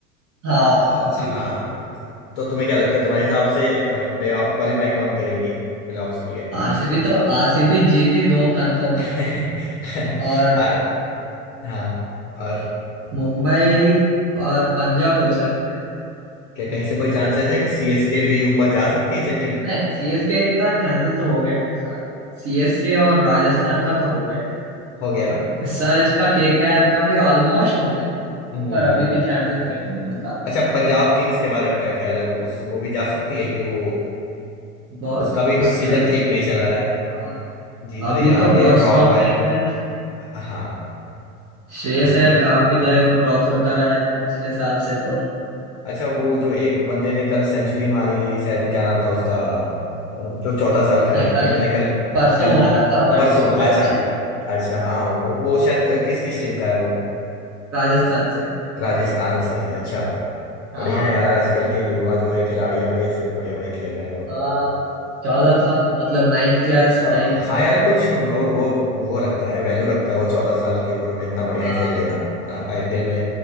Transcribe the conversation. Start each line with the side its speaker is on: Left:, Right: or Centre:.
Right: हाँ
Left: अ,
Right: आरसीबी
Left: हाँ तो तुम्हें क्या लगता है तुम्हारे हिसाब से प्ले ऑफ क्वालिफाई कौन करेंगी प्ले ऑफ्स के लिए
Right: आरसीबी तो आरसीबी जीटी दो कंफर्म
Left: <laughs>
Right: है और
Left: और हाँ और
Right: मुंबई और पंजाब हो सकते हैं
Left: क्या कहीं
Right: देखना
Left: से कोई चांसेस है कि सीएसके भी ऊपर जा सकती है चेन्नई
Right: नहीं सीएसके का चांसेस तो हो गए सारे सीएसके और राजस्थान का तो हो गए
Left: हो गया ना
Right: एसआरएच का केकेआर का भी ऑलमोस्ट हो गए
Left: हम्म
Right: पर अभी भी चांसेस है दोनों का
Left: अच्छा पंजाब किंग्स के बारे में क्या ख्याल है वो उस वो भी जा सकती है कि वो
Right: बहुत
Left: उसका भी कुछ
Right: उसका
Left: सीजन ठीक नहीं चला है
Right: हाँ
Left: जीत
Right: अभी
Left: रही हार
Right: तो
Left: रही
Right: बहुत
Left: ड्रॉ
Right: स्ट्रांग
Left: हुआ
Right: टीम
Left: है
Right: है
Left: हाँ
Right: श्रेयस
Left: अभी
Right: अय्यर
Left: तो
Right: कहाँ पे जाए वो ट्रॉफी उठा रहा है पिछले साल से तो
Left: अच्छा वो जो एक बंदे ने कल सेंचुरी मारी शायद क्या नाम था उसका अ, जो चौदह साल का
Right: नहीं
Left: है
Right: कल
Left: अभी मैंने
Right: नहीं
Left: कल
Right: परसों
Left: कल
Right: मारा था वैभव
Left: परसों
Right: सूर्यवंशी
Left: अच्छा अच्छा हाँ वो वो शायद अ, किस किस टीम का है वो
Right: राजस्थान से है।
Left: राजस्थान से है अच्छा
Right: हाँ
Left: बढ़िया है यार आजकल के युवा जो है खिलाड़ियां भी ऐसे बढ़िया बढ़िया खेल रहे हैं लोग
Right: हाँ चौदह साल मतलब नाइन्थ क्लास
Left: अ-
Right: नाइन्थ
Left: हाँ
Right: क्लास
Left: यार कुछ वो वो वो लगता है वैल्यू रखता है वो चौदह साल की उम्र में इतना बढ़िया
Right: हाँ
Left: खेल देना है ना आईपीएल में